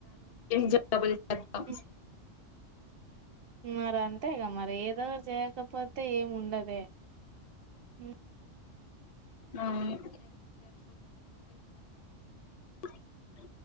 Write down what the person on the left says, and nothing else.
జీ <unintelligible> <unintelligible>
అవును <unintelligible>